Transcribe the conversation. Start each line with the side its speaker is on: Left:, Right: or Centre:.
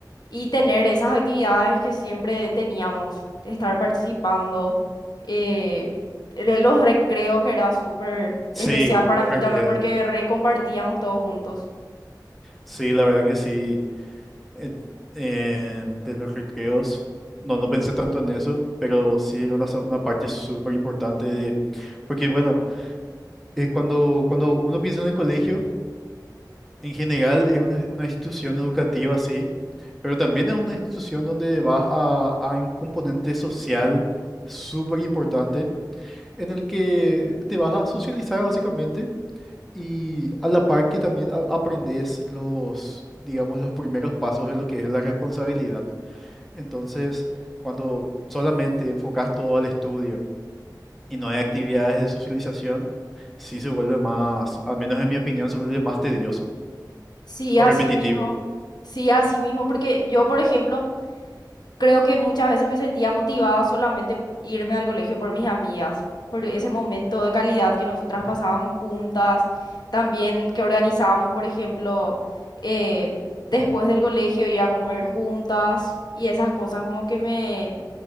Left: y tener esas actividades que siempre teníamos, estar participando, eh, de los recreos que era súper
Centre: Sí,
Left: especial para
Centre: los
Left: mí
Centre: recreos.
Left: también porque recompartíamos todos juntos.
Centre: Sí, la verdad que sí. Eh, eh, de los recreos, no, no pensé tanto en eso, pero sí era una, so- una parte súper importante de... Porque bueno... eh, cuando, cuando uno piensa en el colegio, en general es una, una institución educativa, sí, pero también es una institución donde vas a, a un componente social súper importante, en el que te vas a socializar básicamente y a la par que también a- aprendes los, digamos, los primeros pasos de lo que es la responsabilidad. Entonces, cuando solamente enfocas todo al estudio, y no hay actividades de socialización, sí se vuelve más, al menos en mi opinión, se vuelve más tedioso
Left: Sí,
Centre: o
Left: así
Centre: repetitivo.
Left: mismo, sí, así mismo, porque yo, por ejemplo, Creo que muchas veces me sentía motivada solamente irme al colegio por mis amigas, por ese momento de calidad que nosotras pasábamos juntas, también que organizábamos, por ejemplo, eh, después del colegio ir a comer juntas y esas cosas como que me,